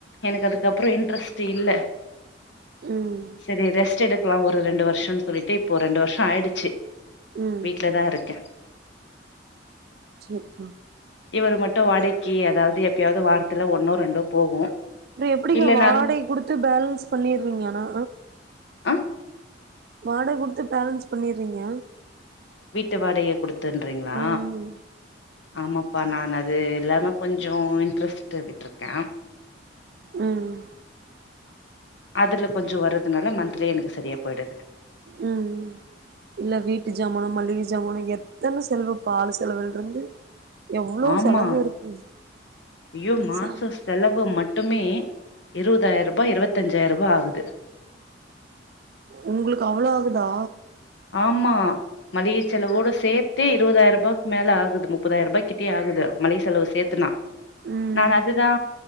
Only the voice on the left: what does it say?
எனக்கு அதுக்கப்றோ இன்ட்ரெஸ்ட்டு இல்ல
செரி ரெஸ்ட் எடுக்லா ஒரு ரெண்டு வருஷனு சொல்லிட்டு இப்போ ரெண்டு வருஷோ ஆயிடுச்சு
வீட்லதா இருக் க்க
இவர் மட்டும் வாடைக்கி எதாவது எப்பயாவது வாரத்துல ஒன்னோ ரெண்டோ போகு
இல்லனாலு
ஆ
வீட்டு வடகைய குடுத்துன்றீங்களா
ஆமா இப்ப நா அது இல்லாம கொஞ்சே இன்ட்ரெஸ்ட் விட்டுருக்கே
அதுல கொஞ்சோ வரதுனால மந்த்லி எனக்கு சரியா போயிடுது
ஆமா
ஐயோ மாச
செலவு மட்டுமே இருபதாயிர ரூபாய இருபத்தஞ்சாயிர ரூபா வருது
ஆமா மளிக செலவோட சேர்த்தே இருபதாயிரம் ரூபாய்க்கு மேலே ஆகுது முப்பதாயிரம் ரூபாய்க்கிட்டயே ஆகுது மளிகை செலவு சேர்த்துனா
நான் அதுதா